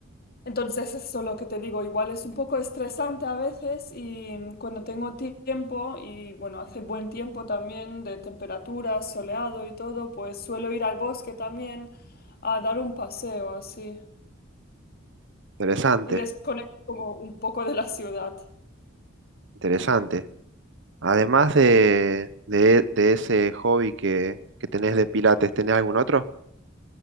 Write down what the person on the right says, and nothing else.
interesante,
interesante. Además de, de, de ese hobby que, que tenés de pilates, ¿tenés algún otro?